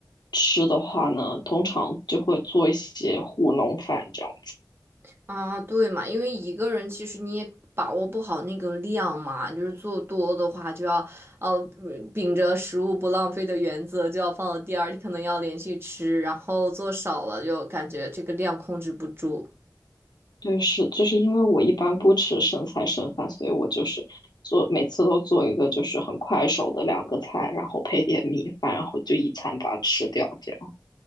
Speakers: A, on the left; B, on the right.
A: 吃的话呢，通常就会做一些糊弄饭这样。
B: 啊，对嘛，因为一个人其实你也把握不好那个量嘛，就是做多的话就要呃嗯秉着食物不浪费的原则就要放到第二，你可能要连续吃，然后做少了就感觉这个量控制不住。
A: 对，是，就是因为我一般不吃剩菜剩饭，所以我就是做每次都做一个就是很快手的两个菜，然后配点米饭，然后就一餐把它吃掉，这样。